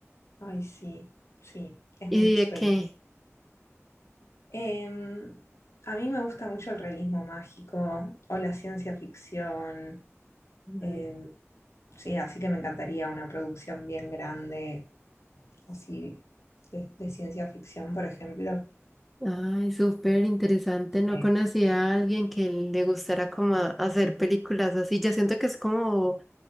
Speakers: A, on the left; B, in the centre.
A: Ay, sí, sí, es
B: ¿Y
A: mi
B: de
A: sueño.
B: qué?
A: Em, a mí me gusta mucho el realismo mágico o la ciencia ficción. em,
B: Ay,
A: sí, así que me encantaría una producción bien grande, así de, de ciencia ficción, por ejemplo.
B: ay, súper interesante. No
A: Eh,
B: conocía a alguien que le gustara como a- hacer películas así. Yo siento que es como,